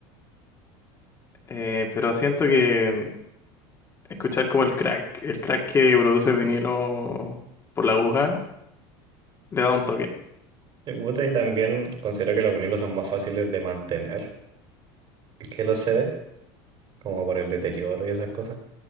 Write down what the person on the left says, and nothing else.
eh, pero siento que escuchar como el crack, el crack que produce el vinilo por la aguja, le da un toque.